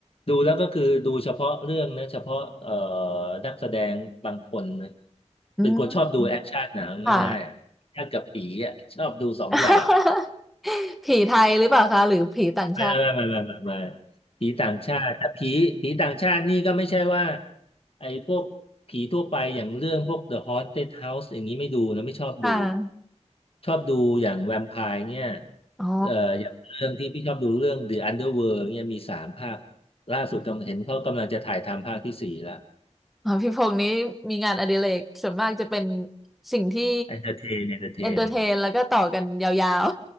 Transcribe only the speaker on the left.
ดูแล้วก็คือดูเฉพาะเรื่องนะเฉพาะเอ่อนักแสดงบางคนนะ
เป็นคนชอบดูแอคชั่นหนังง่ายๆอะแอคชั่นกับผีอ่ะชอบดูสองอย่าง
ไม่ไม่ไม่ไม่ไม่ไม่ผีต่างชาติ แต่ผีผีต่างชาตินี่ก็ไม่ใช่ว่าไอ้พวกผีทั่วไปอย่างเรื่องพวก The Haunted House อย่างนี้ไม่ดูนะไม่ชอบดู
ชอบดูอย่างแวมไพร์เนี่ย
เอ่ออย่างเรื่องที่พี่ชอบดูเรื่อง The Underworld เนี่ยมีสามภาคล่าสุดกำลังเห็นเขากำลังจะถ่ายทำภาคที่สี่ละ
Entertain Entertain